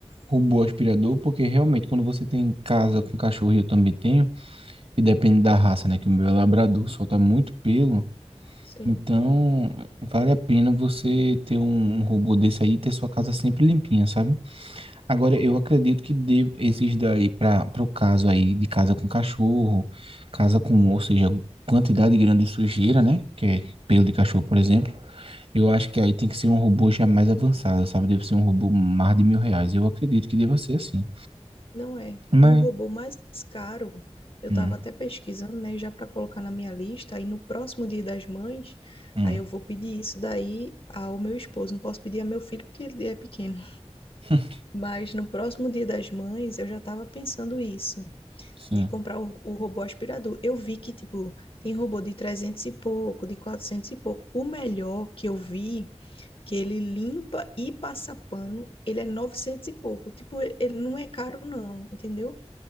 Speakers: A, on the right (about 60°); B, on the left (about 55°).
A: robô aspirador, porque realmente quando você tem em casa com cachorro, e eu também tenho, e depende da raça, né, que o meu é labrador, solta muito pelo,
B: sim.
A: então vale a pena você ter um, um robô desse aí e ter sua casa sempre limpinha, sabe? Agora, eu acredito que de, esses daí, para o caso aí de casa com cachorro, casa com, ou seja, quantidade grande de sujeira, né? Que é pelo de cachorro, por exemplo. Eu acho que aí tem que ser um robô já mais avançado, sabe? Deve ser um robô mais de mil reais. Eu acredito que deva ser assim.
B: Não é.
A: Mas.
B: Um robô mais caro, eu
A: Hum,
B: estava até pesquisando, né, já para colocar na minha lista, aí no próximo Dia das Mães,
A: hum,
B: aí eu vou pedir isso daí ao meu esposo. Não posso pedir ao meu filho porque ele é pequeno.
A: <laughs>
B: Mas no próximo Dia das Mães, eu já estava pensando isso.
A: sim.
B: de comprar o, o robô aspirador. Eu vi que, tipo, tem robô de 300 e pouco, de 400 e pouco. O melhor que eu vi, que ele limpa e passa pano, ele é 900 e pouco. Tipo, ele ele não é caro, não, entendeu?